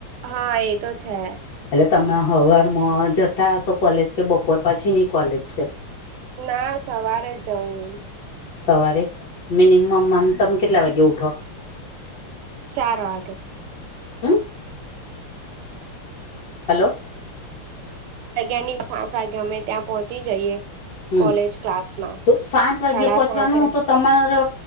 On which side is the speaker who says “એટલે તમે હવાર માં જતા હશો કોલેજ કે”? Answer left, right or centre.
Left